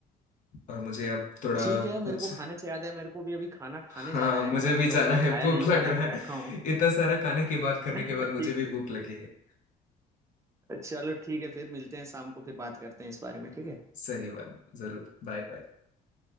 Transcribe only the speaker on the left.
और मुझे अब थोड़ा
कुछ
हाँ
मुझे
भी जाना
है
भूख
लग
रहा
है
इतना सारा खाने की बात
करने के बाद
मुझे भी
भूख लगी है
सही बात जरूर Bye bye